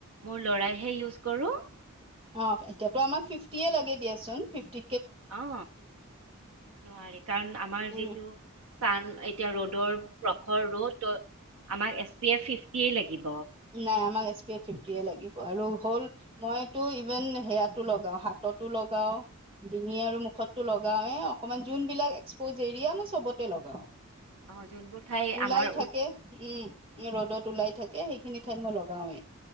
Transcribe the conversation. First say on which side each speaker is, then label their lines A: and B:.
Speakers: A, on the right (about 90°); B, on the right (about 25°).
A: মোৰ লৰাইহে ইউজ কৰো।
B: অ এতিয়াতো আমাক ফিফটিয়ে লাগে দিয়াচোন ফিফটি
A: অ নোৱাৰি কাৰণ আমাৰ
B: উম
A: যিটো চান এতিয়া ৰদৰ প্ৰখৰ ৰ'দ আমাক এছ পি এফ ফিফটিয়েই লাগিব।
B: অ আমাক এছ পি এফ ফিফটিয়ে লাগিব আৰু হ'ল মইতো ইভেন সেয়াতো লগাও হাততো লগাও ডিঙি আৰু মুখতটো লগাওৱে অকণমান যোনবিলাক এক্সপ'জ এৰিয়া মই চবতে লগাও।
A: অ' যোনবোৰ ঠাই
B: ওলাই
A: আমাৰ
B: থাকে উম, ৰ'দত ওলাই থাকে। থাকে সেইখিনি ঠাইত মই লগাওৱে।